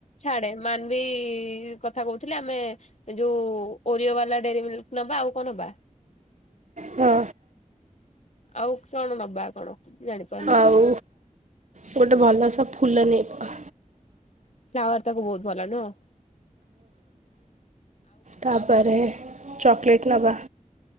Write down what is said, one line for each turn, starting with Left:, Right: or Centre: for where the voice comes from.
Left: ଛାଡେ ମାନ। ବି କଥା କହୁଥିଲେ ଆମେ ଯୋଉ ଓରିଓ ବାଲା ଡେରି ମିଲ୍କ ନବା ଆଉ କଣ ନବା।
Right: ହଁ।
Left: ଆଉ କଣ ନବା କଣ। ଜାଣିପାରୁନି।
Right: ଆଉ ଗୋଟେ ଭଲ ସବ। ଫୁଲ ନେଏଇଯିବା।
Left: ଶବାର୍ ତାକୁ ବହୁତ ଭଲ ନୁହ।
Right: ତାପରେ ଚକଲେଟ୍ ନେବା।